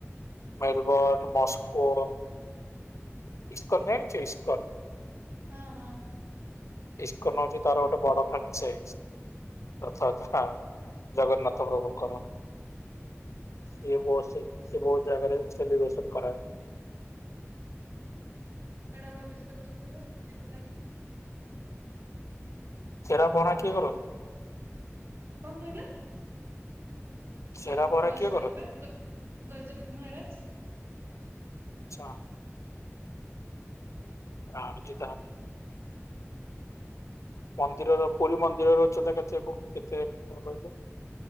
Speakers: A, on the left; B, on the right.
A: ମେରୁ ବର୍ନ ମସ୍କୋ।
B: ହଁ
A: <inaudible> ଇସ୍କନ ଜାଣିଚୁ ଇସ୍କନ।
B: ହଁ ହଁ
A: ଇସ୍କନ ହଉଛି ତାର ଗୋଟେ ବଡ ଫାକଚାଇସ୍ ହେଁ ହେଁ ରଥଯାତ୍ରାର। ଜଗନ୍ନାଥ
B: ଓହୋ
A: ପ୍ରଭୁଙ୍କର। ସିଏ ବହୁ ସେ ବହୁତ ଜାଗାରେ ସେଲିବ୍ରେସନ କରାଏ।
B: ଏଡା ବା ବିଷୟ ବସ୍ତୁ ବା ଏଥିଲାଗି।
A: ଚେରାପହରା କିଏ କରନ୍ତି?
B: କଣ କହିଲ?
A: ଛେରା
B: ଗଜ
A: ପହଁରା
B: ଗଜପତି
A: କିଏ କରନ୍ତି?
B: ବା ଗ୍ ଗଜପତି ମହାରାଜ।
A: ଆଛା ରାଣୀ କି ଚାହାନି। ମନ୍ଦିରର ପୁରୀ ମନ୍ଦିରର ଉଚ୍ଚତା କେତେ କେତେ ମିଟର କହିଲୁ?